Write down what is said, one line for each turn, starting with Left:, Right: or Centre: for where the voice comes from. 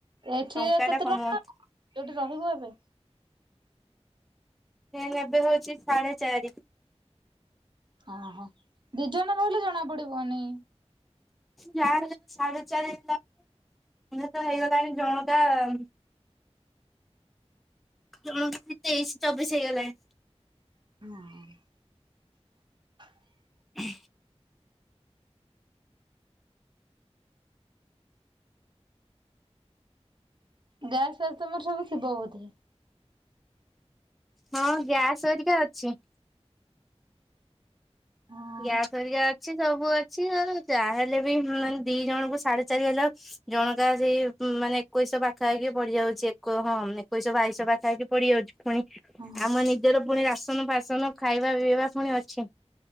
Right: ଏଠି
Centre: ଟଙ୍କା
Right: କେତେ
Centre: ଟା କମଉନି।
Right: ଟଙ୍କା ନବ ଯୋଉଠି ରହିବୁ ଏବେ?
Centre: ଏନ ନେବେ ହଉଛି ସାଢେ଼ ଚାରି।
Right: ଓ ହୋ ଦି ଜଣ ରହିଲେ ଜଣା ପଡି଼ବନି।
Centre: ଯାହା ହେଲେ ସାଢେ଼ ଚାରି ଦିନ ତ ହେଇଗଲାଣି ଜଣକା- ଜଣକା ତେଇଶି ଚବିଶ ହେଇଗଲାଣି।
Right: ହଁ
Centre: ହୁଁ
Right: ଗ୍ୟାସ ଫ୍ୟାସ ତମର ସବୁ ଥିବ ବୋଧେ?
Centre: ହଁ ଗ୍ୟାସ ଅରିକା ଅଛି।
Right: ହଁ
Centre: ଗ୍ୟାସ ହରିକା ଅଛି ସବୁ ଅଛି ଆଉ ଯାହା ହେଲେ ବି ମାନେ ଦି ଜଣଙ୍କୁ ସାଢେ଼ ଚାରି ହେଲା ଜଣକା ସେଇ ମାନେ ଏକୋଇଶ ପାଖାପାଖି ପଡି଼ଯାଉଛି ହଁ ଏକୋଇଶ ବାଇଶ ପାଖାପାଖି ପଡିି଼ଯାଉଛି। ପୁଣି
Right: ହଁ
Centre: ଆମ ନିଜର ପୁଣି ରାସନ ଫାସନ ଖାଇବା ପିଇବା ପୁଣି ଅଛି।